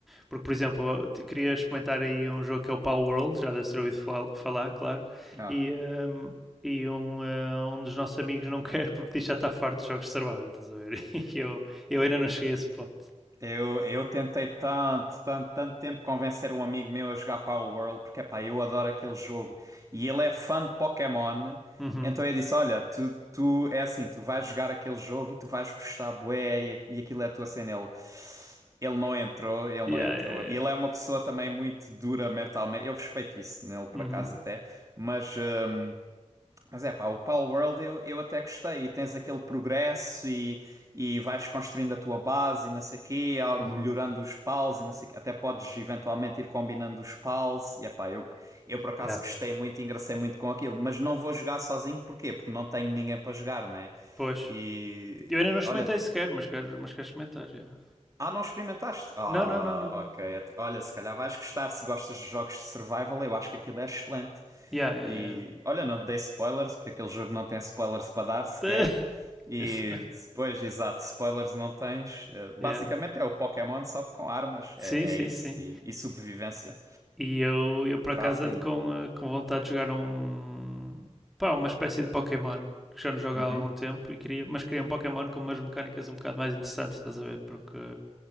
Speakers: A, in the centre; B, on the right (about 30°).
A: Porque, por exemplo, queria experimentar aí um jogo que é o Power World, já deve ter ouvido falar, claro,
B: Ah.
A: e, um, e um, uh, um dos nossos amigos não <laughs> quer porque diz que já está farto de jogos de survival, estás a ver? <laughs> E eu, eu ainda não cheguei a esse ponto.
B: Eu, eu tentei tanto, tanto, tanto tempo convencer um amigo meu a jogar Power World, porque epá, eu adoro aquele jogo e ele é fã de Pokémon.
A: Uhum.
B: Então eu disse: Olha, tu, tu é assim, tu vais jogar aquele jogo e tu vais gostar, bué, e, aqu- e aquilo é a tua cena. Ele, ele não entrou, ele
A: Yeah,
B: não entrou.
A: yeah, yeah.
B: E ele
A: yeah.
B: é uma pessoa também muito dura mentalmente. Eu respeito isso nele, por
A: Uhum.
B: acaso, até, mas. eh, mas é pá, o Pal World eu, eu até gostei. E tens aquele progresso e, e vais construindo a tua base e não sei quê, ah,
A: Uhum.
B: melhorando os pals e não sei quê. Até podes eventualmente ir combinando os pals. E é pá, eu, eu por acaso
A: Yeah.
B: gostei muito e engracei muito com aquilo. Mas não vou jogar sozinho, porquê? Porque não tenho ninguém para jogar, né?
A: Pois,
B: E
A: Eu ainda não experimentei
B: olha,
A: sequer, mas quero, mas quero experimentar. Yeah.
B: ah, não experimentaste? Ah,
A: Não, não, não, não, não.
B: ok. At- Olha, se calhar vais gostar se gostas de jogos de survival. Eu acho que aquilo é excelente.
A: Yeah, yeah,
B: E olha, não te dei spoilers, porque aquele jogo não tem spoilers para dar sequer.
A: yeah.
B: E
A: <laughs> Isso.
B: depois, exato, spoilers não tens. Eh, Basicamente
A: yeah.
B: é o Pokémon, só que com armas.
A: Sim,
B: É,
A: sim,
B: é isso.
A: sim.
B: E, e sobrevivência.
A: E eu, eu por
B: Crafting.
A: acaso ando com, eh, com vontade de jogar um. pá, uma espécie de Pokémon. que Já não jogo
B: Uhum,
A: há algum tempo, e queria, mas queria um Pokémon com umas mecânicas um bocado mais interessantes, estás a ver? Porque